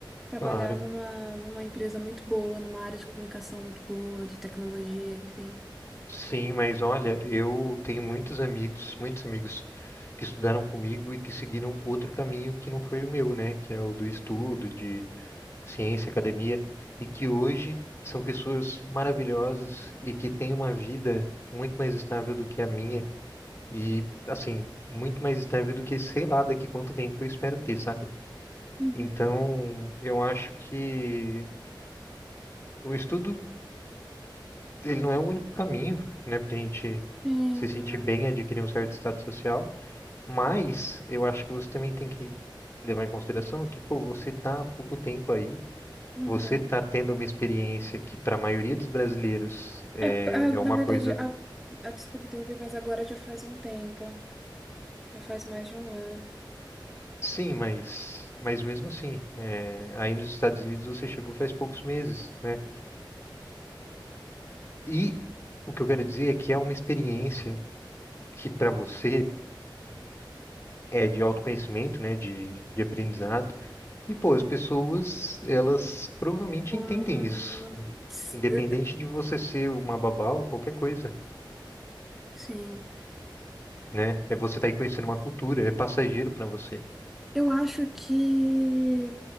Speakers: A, in the centre; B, on the left (about 35°).
A: trabalhar
B: claro.
A: numa, numa empresa muito boa, numa área de comunicação muito boa, de tecnologia, enfim.
B: Sim, mas olha, eu tenho muitos amigos, muitos amigos que estudaram comigo e que seguiram outro caminho que não foi o meu, né? Que é o do estudo, de ciência, academia, e que hoje são pessoas maravilhosas e que têm uma vida muito mais estável do que a minha E, assim, muito mais estável do que sei lá daqui quanto tempo eu espero ter, sabe?
A: Uhum.
B: Então, eu acho que o estudo, ele não é o único caminho, né, pra gente
A: Sim,
B: se sentir
A: não
B: bem,
A: é.
B: adquirir um certo status social, mas eu acho que você também tem que levar em consideração que, pô, você tá há pouco tempo aí,
A: Uhum.
B: você tá tendo uma experiência que, para a maioria dos brasileiros, é,
A: É, ah,
B: é uma
A: na verdade,
B: coisa,
A: a, a, desculpa interromper, mas agora já faz um tempo. Já faz mais de um ano.
B: sim, mas, mas mesmo assim, é, aí nos Estados Unidos você chegou faz poucos meses, né? E o que eu quero dizer é que é uma experiência que para você é de autoconhecimento, né, de, de aprendizado. E pô, as pessoas, elas provavelmente
A: Hum,
B: entendem isso, né?
A: ts-
B: independente
A: eh, eh,
B: de você ser uma babá ou qualquer coisa,
A: Sim.
B: né? É você estar aí conhecendo uma cultura, é passageiro para você.
A: Eu acho que